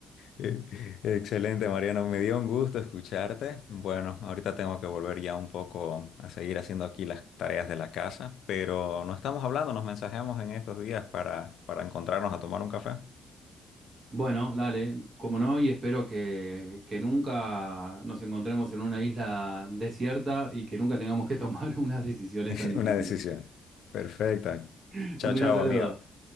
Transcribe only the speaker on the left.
Eh, Excelente, Mariano. Me dio un gusto escucharte. Bueno, ahorita tengo que volver ya un poco a seguir haciendo aquí las tareas de la casa, pero no estamos hablando, nos mensajeamos en estos días para, para encontrarnos a tomar un café.
<laughs>
Una decisión. Perfecta.
Chao,
chao,
amigo.